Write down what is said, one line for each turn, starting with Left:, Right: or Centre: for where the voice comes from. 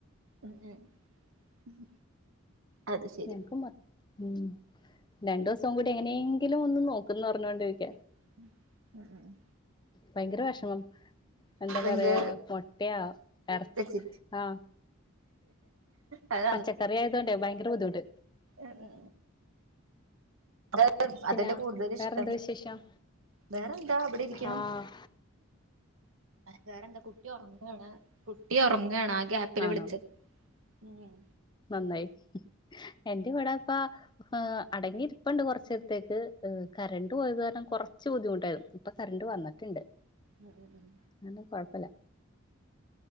Right: ഉം ഉം ഉം അത് ശെരി
Left: ഒക്കെ മതി ഉം രണ്ടോസം കൂടി എങ്ങനേങ്കിലും ഒന്ന് നോക്കന്ന് പർഞ്ഞോണ്ട് ഇരിക്ക
Right: <unintelligible>
Left: ഭയങ്കര വെഷമം എന്താ പറയാ
Right: എന്ത്
Left: മൊട്ടയോ എർച്ച്
Right: വെച്ചി
Left: ആഹ്
Right: അത്
Left: പച്ചക്കറി ആയതോണ്ട് ഭയങ്കര ബുദ്ധിമുണ്ട്.
Right: ഏഹ് ഏഹ്
Left: പിന്നെ
Right: അതല്ലേ കൂടുതലിഷ്ട്ടം
Left: വേറെന്താ വിശേഷം
Right: വേറെന്താ ഇബടെരിക്കണു
Left: ആഹ്
Right: വേറെ എന്താ കുട്ടി ഒർങ്ങാണ് കുട്ടി ഒർങ്ങാണ് ആ ഗാപ്പില്
Left: ആണോ
Right: വിളിച്ചത് ഉം
Left: നന്നായി എന്റെ വടെ പ്പ അടങ്ങിരിപ്പ്ണ്ട് കൊർച്ച് നേരത്തേക്ക് കരന്റ് പോയത് കാരണം കൊർച്ച് ബുദ്ധിമുട്ടായിരുന്നു ഇപ്പൊ കരന്റ് വന്ന്ട്ട്ണ്ട്
Right: ഉം ഉം ഉം
Left: അതൊന്നും കൊഴപ്പല്ല